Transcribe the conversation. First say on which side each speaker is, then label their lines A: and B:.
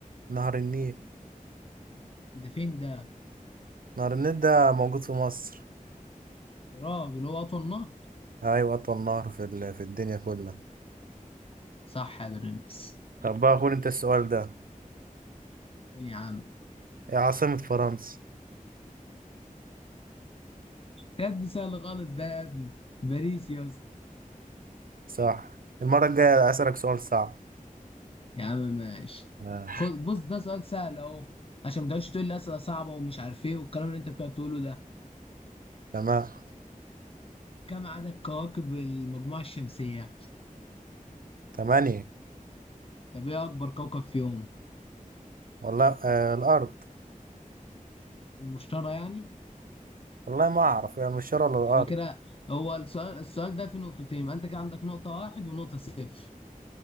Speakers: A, on the right; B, on the left.
A: نهر النيل
B: ده فين ده
A: نهر النيل ده موجود في مصر
B: يا راجل هو اطول نهر
A: ايوه اطول نهر في ال- في الدنيا كلها
B: صح يا برنس
A: طب بقى خد انت السؤال ده
B: قول يا عم
A: ايه عاصمة فرنسا
B: يا دي سهل خالص ده يا ابني باريس يا اسطى
A: صح المرة الجاية أسألك سؤال صعب
B: يا عم ماشي
A: آه.
B: خد بص ده سؤال سهل اهو عشان ما تقعدش تقول لي اسئله صعبه ومش عارف ايه والكلام اللي انت بتقعد تقوله ده
A: تمام
B: كم عدد كواكب المجموعه الشمسيه
A: تمانية
B: طب ايه اكبر كوكب فيهم
A: والله آه الأرض
B: المشتري يعني
A: والله ما أعرف هي المشتري ولا الأرض
B: يبقى كده هو السؤال السؤال ده في نقطتين يبقى انت كده عندك نقطة واحد ونقطة صفر